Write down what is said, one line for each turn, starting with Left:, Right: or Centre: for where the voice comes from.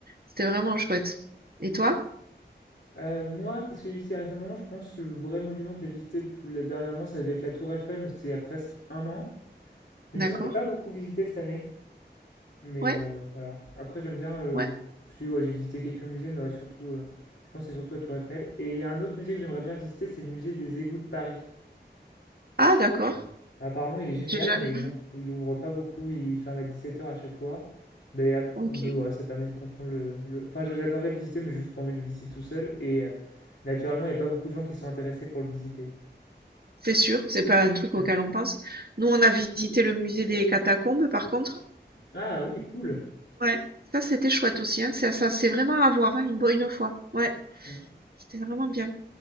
Right: c'était vraiment chouette. Et toi?
Left: Euh, moi, qu'est-ce que j'ai visité récemment? Je pense le vrai monument que j'ai visité le plus- la- dernièrement, ça devait être la Tour Eiffel, mais c'était il y a presque un an. Mais
Right: D'accord.
Left: sinon, j'ai pas beaucoup visité cette année. Mais
Right: Ouais,
Left: euh, voilà. Après, j'aime bien... Euh...
Right: ouais.
Left: Si, ouais, j'ai visité quelques musées, mais ouais, surtout... euh, Je pense que c'est surtout la Tour Eiffel. Et il y a un autre musée que j'aimerais bien visiter, c'est le musée des égouts de Paris.
Right: Ah d'accord,
Left: Apparemment, il est génial,
Right: j'ai jamais
Left: mais
Right: vu.
Left: bon, il ouvre pas beaucoup, il ferme à dix-sept heures à chaque fois. Mais, ap-
Right: OK.
Left: mais ouais, ça permet de comprendre le, le- Enfin, j'a- j'adorerais le visiter, mais j'ai juste pas envie de le visiter tout seul. Et euh, naturellement, il n'y a pas beaucoup de gens qui sont intéressés pour le visiter.
Right: C'est sûr, c'est pas un truc
Left: Ouais.
Right: auquel on pense. Nous, on a visité le musée des catacombes, par contre.
Left: Ah oui, cool.
Right: Ouais, ça, c'était chouette aussi, hein. Ça ça, c'est vraiment à voir, hein, une bo une fois. Ouais,
Left: Hum.
Right: c'était vraiment bien.